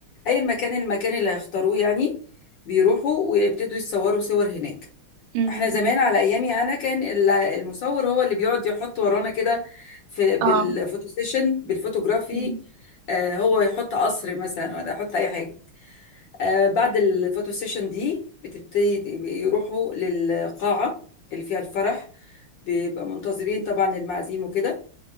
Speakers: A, on the left; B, on the right.
A: أي مكان المكان اللي هيختاروه يعني بيروحوا ويبتدوا يتصوروا صور هناك
B: أمم،
A: احنا زمان على ايامي انا كان ال- المصور هو اللي بيقعد يحط ورانا كده في بالفوتو
B: اه
A: سيشن بالفوتوغرافي
B: أمم،
A: آه، هو يحط قصر مثلا ولا يحط اي حاجه آه، بعد الفوتو سيشن دي بتبتدي يروحوا للقاعه اللي فيها الفرح بيبقى منتظرين طبعا المعازيم وكده